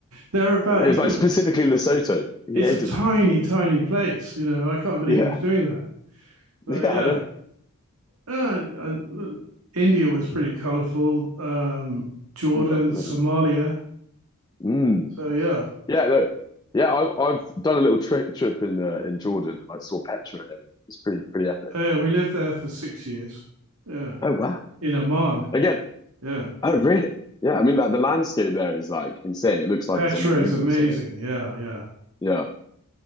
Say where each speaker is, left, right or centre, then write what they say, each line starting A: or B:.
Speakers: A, on the right; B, on the left.
A: they're about,
B: It
A: you
B: was
A: can,
B: like specifically Lesotho. He
A: it's
B: hated
A: a tiny,
B: them.
A: tiny place. You know, I can't believe
B: Yeah.
A: he's doing
B: <laughs>
A: that. But
B: Yeah,
A: yeah,
B: I know.
A: uh, I- India was pretty colorful. Um, Jordan,
B: Mm, I can
A: Somalia,
B: imagine. Mm.
A: So yeah,
B: Yeah, no. Yeah, I, I've done a little trip trip in uh, in Jordan. and I saw Petra and everything. It's pretty pretty epic.
A: yeah, we lived there for six years. Yeah,
B: Oh wow!
A: in Amman.
B: Again,
A: Yeah,
B: oh really? Yeah, I mean like the landscape there is like insane. It looks like
A: Petra
B: it's on the moon
A: is amazing.
B: or something.
A: Yeah, yeah.
B: Yeah.